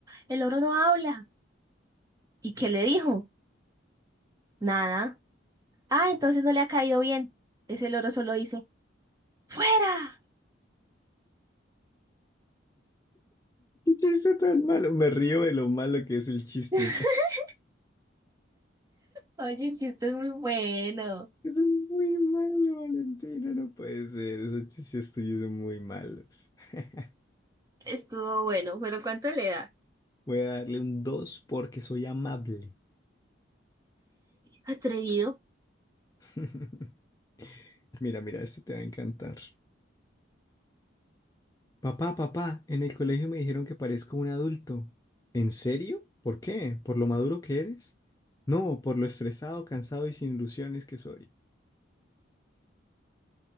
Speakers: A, on the right (about 20°); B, on the left (about 20°).
A: el loro no habla. ¿Y qué le dijo? Nada. Ah, entonces no le ha caído bien. Ese loro solo dice, ¡fuera!
B: chiste tan malo? Me río de lo malo que es el chiste.
A: <laughs>
B: o sea,
A: Oye, el chiste es muy bueno.
B: es muy malo, Valentina. No puede ser. Esos chistes tuyos son muy malos. <laughs>
A: Estuvo bueno, pero ¿cuánto le das?
B: Voy a darle un 2 porque soy amable.
A: Atrevido.
B: <laughs> Mira, mira, este te va a encantar. Papá, papá, en el colegio me dijeron que parezco un adulto. ¿En serio? ¿Por qué? ¿Por lo maduro que eres? No, por lo estresado, cansado y sin ilusiones que soy.